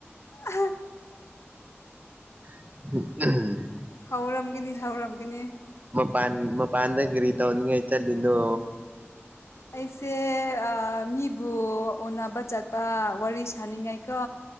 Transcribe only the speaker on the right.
ꯎ
ꯃ ꯄꯥꯟ ꯃ ꯄꯥꯟꯗꯒꯔꯤ ꯇꯟꯒ ꯍ ꯆꯅꯣ